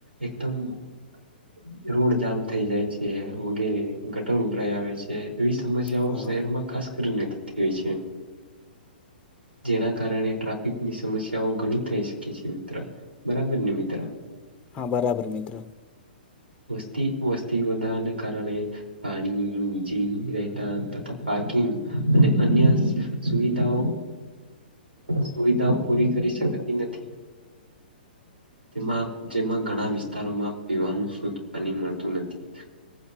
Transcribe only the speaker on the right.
એકદમ <inaudible> રોડ જામ થઈ જાય છે વગેરે ગટર ઉભરાય આવે છે એવી સમસ્યાઓ
શહેરમાં ખાસ કરીને થતી હોય છે. જેના કારણે ટ્રાફિકની સમસ્યાઓ ઘણી થઈ શકે છે મિત્ર બરાબરને મિત્ર?
વસ્તી વસ્તી વધારાને કારણે પાણી, વિજળી, રહેઠાણ તથા પાર્કિંગ અને અન્ય સુવિધાઓ સુવિધાઓ પૂરી કરી શકાતી નથી. તેમાં જેમાં ઘણા વિસ્તારોમાં પીવાનું શુદ્ધ પાણી મળતું નથી.